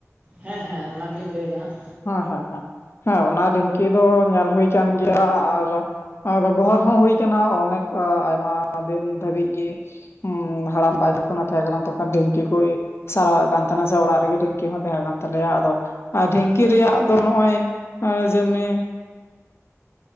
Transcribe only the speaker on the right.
ᱦᱮᱸ ᱦᱮᱸ ᱚᱱᱟ ᱜᱮᱞᱤᱧ ᱞᱟᱹᱭᱫᱟ ᱦᱟᱸᱜ